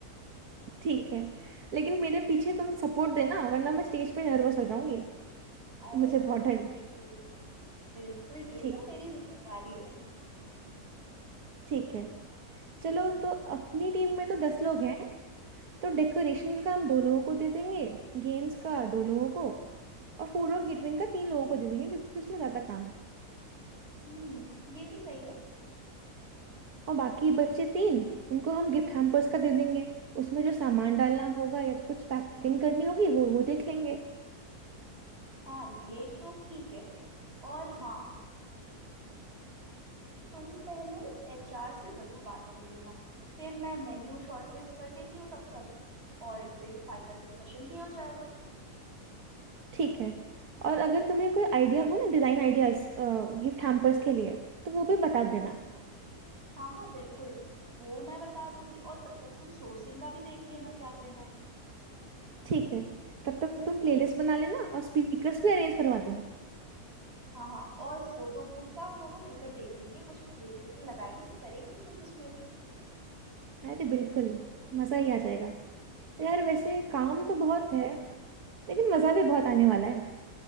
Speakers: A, on the right; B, on the right.
A: ठीक है लेकिन मेरे पीछे तुम सपोर्ट देना वरना मैं स्टेज पे नर्वस हो जाऊंगी
B: अरे
A: मुझे बहुत
B: बिल्कुल
A: डर
B: बिल्कुल बिल्कुल ये
A: ठीक
B: तो मेरी जिम्मेदारी है
A: ठीक है चलो तो अपनी टीम में तो दस लोग हैं तो डेकोरेशन का काम दो लोगों को दे देंगे गेम्स का दो लोगों को और फूड और केटरिंग का तीन लोगों को दे देंगे क्योंकि उसमें ज्यादा काम है
B: हम्म ये भी सही है
A: और बाकी बचे तीन उनको हम गिफ्ट हैम्पर्स का दे देंगे उसमें जो सामान डालना होगा या कुछ पैकिंग करनी होगी वो वो देख लेंगे
B: हाँ ये तो ठीक है और हाँ तुम पहले एचआर से जरूर बात कर लेना फिर मैं मेन्यू शॉर्टलिस्ट कर देती हूँ तब तक और फिर फाइनल डिस्कशन भी हो जाएगा
A: ठीक है और अगर तुम्हें कोई आइडिया हो ना डिजाइन आइडियाज गिफ्ट हैम्पर्स के लिए तो वो भी बता देना
B: हाँ हाँ हाँ हाँ बिल्कुल वो मैं बता दूंगी और तब तक तुम सोर्सिंग का भी देख लेना क्या करना है
A: ठीक है तब तक तुम प्लेलिस्ट बना लेना और स्पीकर्स भी अरेंज करवा देना
B: हाँ हाँ और फोटो बूथ का हम दोनों मिलकर देख लेंगे कुछ क्रिएटिविटी लगाएंगे करेंगे कुछ उसमें भी
A: अरे बिल्कुल मजा ही आ जाएगा यार वैसे काम तो बहुत है लेकिन मजा भी बहुत आने वाला है